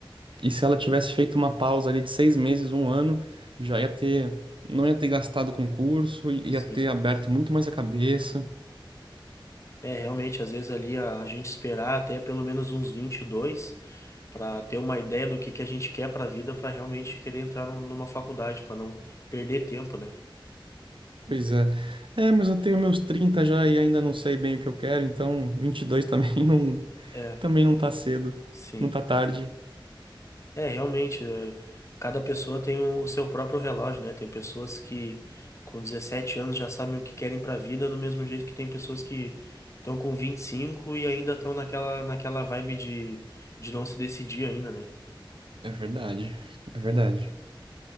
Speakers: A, on the right (about 70°); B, on the left (about 35°).
A: E se ela tivesse feito uma pausa ali de seis meses, um ano, já ia ter, não ia ter gastado com curso, ia
B: Sim.
A: ter aberto muito mais a cabeça.
B: É, realmente, às vezes ali a, a gente esperar até pelo menos uns 22 para ter uma ideia do que, que a gente quer para a vida, para realmente querer entrar num- numa faculdade, para não perder tempo, né?
A: Pois é. É, mas eu tenho meus 30 já e ainda não sei bem o que eu quero, então 22 também <laughs> não,
B: É,
A: também não tá cedo,
B: sim.
A: não tá tarde.
B: É, realmente, é, cada pessoa tem o seu próprio relógio, né? Tem pessoas que com 17 anos já sabem o que querem para a vida, do mesmo jeito que tem pessoas que estão com 25 e ainda estão naquela, naquela vibe de, de não se decidir ainda, né?
A: É verdade, é verdade.